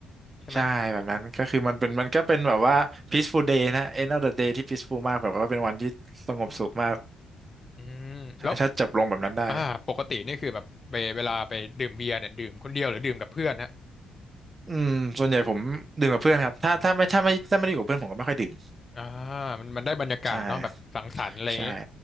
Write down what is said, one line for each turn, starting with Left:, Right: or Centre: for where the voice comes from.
Left: ใช่ไหม
Right: ใช่แบบนั้นก็คือมันเป็นมันก็เป็นแบบว่า peaceful day นะ end of the day ที่ peaceful มากแบบว่าเป็นวันที่สงบสุขมาก
Left: อืมแล้ว
Right: ถ้าจับลงแบบนั้นได้
Left: อ่าปกตินี่คือแบบไปเวลาไปดื่มเบียร์เนี่ยดื่มคนเดียวหรือดื่มกับเพื่อนฮะ
Right: อืมส่วนใหญ่ผมดื่มกับเพื่อนครับถ้าถ้าไม่ถ้าไม่ถ้าไม่ได้อยู่กับเพื่อนผมก็ไม่ค่อยดื่ม
Left: อ่ามันมันได้บรรยากาศเนาะแบบสังสรรค์อะไรอย่างเงี้ย
Right: ใช่ใช่